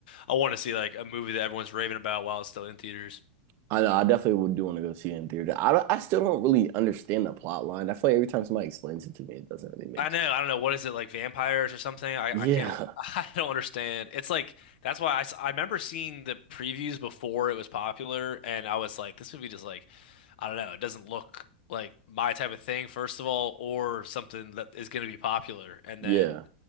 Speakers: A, on the left; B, on the right.
A: I want to see like a movie that everyone's raving about while it's still in theaters.
B: I know. I definitely would do want to go see it in theater. I don't, I still don't really understand the plot line. I feel like every time somebody explains it to me, it doesn't really make.
A: I know. I don't know. What is it like vampires or something? I,
B: Yeah,
A: I can't, <laughs> I don't understand. It's like, that's why I, s- I remember seeing the previews before it was popular, and I was like, this movie just like, I don't know. It doesn't look like my type of thing, first of all, or something that is going to be popular. And
B: yeah,
A: then